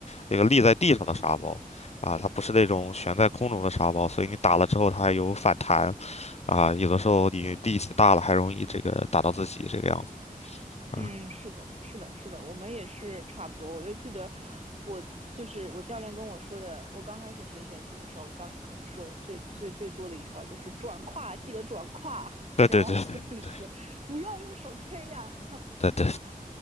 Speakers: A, on the left; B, on the right.
A: 那个立在地上的沙包啊、它不是那种悬在空中的沙包，所以你打了之后它还有反弹啊、有的时候你力气大了还容易这个打到自己这个样子啊，
B: 嗯，是的，是的，是的，我们也是差不多。我就记得我就是我教练跟我说的，我刚开始学拳击的时候，我教练跟我说的最最最多的一句话就是转胯，记得转胯，<laughs>
A: 对对对对对。
B: 然后就是不要用手推呀、
A: 对对，